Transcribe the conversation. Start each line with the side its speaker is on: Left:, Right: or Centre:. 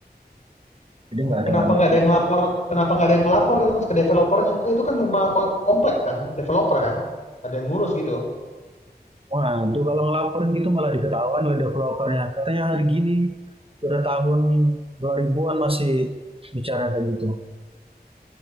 Right: jadi
Left: Oh,
Right: nggak
Left: kenapa
Right: ada nggak
Left: nggak ada yang lapor? Kenapa nggak ada yang lapor gitu Mas ke developernya? Eh, itu kan rumah ko- komplek kan, developer kan, ada yang ngurus gitu.
Right: waduh kalau ngelaporin gitu malah diketahuan oleh developernya katanya hari gini udah tahun 2000-an masih bicara kayak gitu